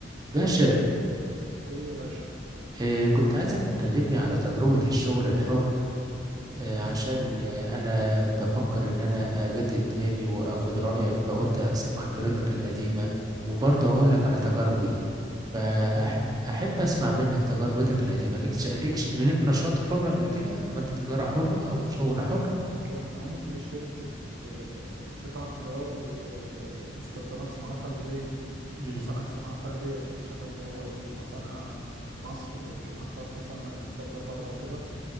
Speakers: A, on the right (about 20°); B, on the right (about 80°).
A: باشا
B: ايه يا باشا
A: آه، كنت عايزك تكلمني على تجربة الشغل الحر آه، عشان
B: مم.
A: آه، أنا بفكر إن أنا أجدد تاني وأخد رأيك فقلت أكسب خبرتك القديمة وبرضه أقول لك
B: مم.
A: على تجاربي فأحب
B: تمام
A: أسمع منك تجربتك القديمة ليك ش- ليك ش- ليك نشاط حر قبل كده عملت تجارة حرة أو شغل حر؟
B: كان عندي شركة آه، قطع غيار ومستلزمات صناعات حديدية
A: مم.
B: مصانع صناعات حديدية كنت شغال بورد للمصانع في مصر يمكن أكبر مصانع بتصدر بره وكده